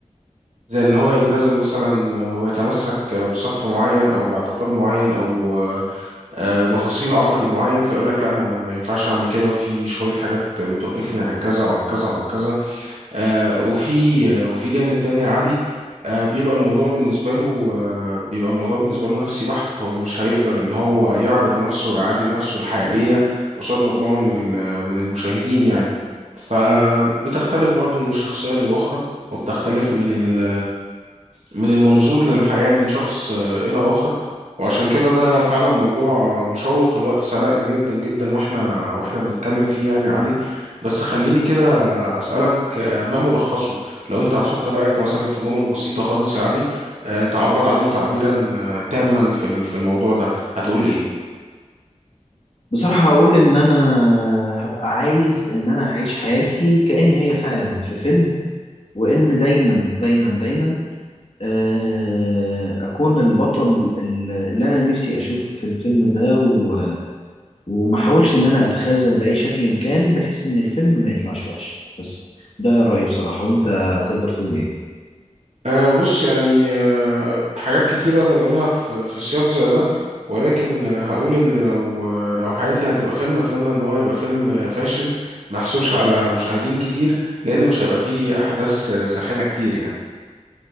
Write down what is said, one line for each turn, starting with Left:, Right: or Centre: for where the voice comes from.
Right: زي إن هو يلتزم مثلا آه، ويتمسك آه، بصف معين أو باعتقاد معين أو آه، آه، بفصيل عقدي معين فيقول لك لا أنا ما ما ينفعش أعمل كده وفي شوية حاجات بتوقفني عن كذا وعن كذا وعن كذا آه، وفي آه، وفي جانب تاني يا علي آه، بيبقى الموضوع بالنسبة له آه، بيبقى الموضوع بالنسبة له نفسي بحت هو مش هيقدر إن هو يعرض نفسه ويعري نفسه الحقيقية قصاد مجموعة من ال- من المشاهدين يعني فبتختلف برضه من الشخصية للأخرى وبتختلف من ال من المنظور للحياة من شخص آه، إلى آخر وعشان كده ده فعلا موضوع مشوق الوقت سرقنا جدا جدا واحنا واحنا بنتكلم فيه يعني يا علي بس خليني كده أسألك آه، ما ملخصه لو انت هتحط رأيك مثلا في جمل بسيطة خالص يا علي آه، تعبر عنه تعبيرا آه، تاما في ال- في الموضوع ده هتقول ايه؟
Left: بصراحة أقول إن أنا هبقى عايز إن أنا أعيش حياتي كأن هي فعلا في فيلم وإن دايما دايما دايما آه، اكون البطل ال- اللي انا نفسي اشوفه في الفيلم ده و... وما احاولش ان انا اتخاذل باي شكل كان بحيث ان الفيلم ما يطلعش وحش بس ده رايي بصراحه وانت تقدر تقول ايه
Right: أه بص يعني أه حاجات كتير أقدر أقولها في في سياق زي ده ولكن آه، هقول إن لو آه، لو حياتي هتبقى فيلم أتمنى إن هو يبقى فيلم آه، فاشل ما يحصلش على مشاهدين كتير لأن مش هيبقى فيه أحداث آه، ساخنة كتير يعني